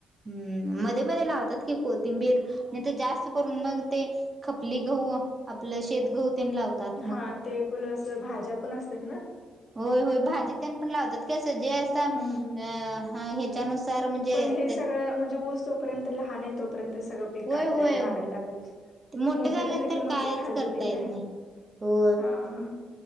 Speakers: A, on the right; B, on the left.
A: हम्म मध्ये मध्ये लावतात कि कोथिंबीर नाही तर जास्त करून मग ते खपली घाऊ आपलं शेत घेऊ लावतात मग
B: हा ते प्लस भाज्या पण असतात ना
A: होय होय भाजीतन पण लावतात काय असं जे असं
B: ह्ह
A: अ हा ह्याच्यानुसार म्हणजे
B: पण हे
A: ते
B: सगळम्हणजे ऊस जोपर्यंत लहान आहे तोर्यंत ना नाही तोपर्यंत सगळं पीक
A: होय
B: काढताय
A: होय
B: काढायला लागत
A: मोठं झाल्यानंतर
B: झालं की मग
A: कायच
B: ते खालचं
A: करता
B: पीक
A: येत
B: आहे
A: नाही हो
B: हा हा